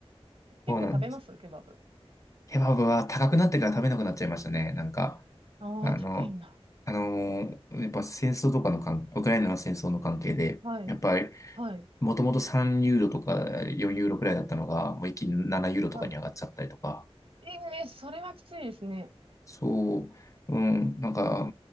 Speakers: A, on the right; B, on the left.
A: 結構食べますケバブ。
B: そうなんです。ケバブは高くなってから食べなくなっちゃいましたね。なんか、
A: ああ、
B: あの、
A: 高いんだ。
B: あのーやっぱ戦争とかの関ウクライナの戦争の関係で、
A: はい。
B: やっぱり、
A: はい。
B: もともと3ユーロとか4ユーロくらいだったのが、もう一気に7ユーロとかに上がっちゃったりとか、
A: はい。ええそれはきついですね。
B: そう、うん、なんか、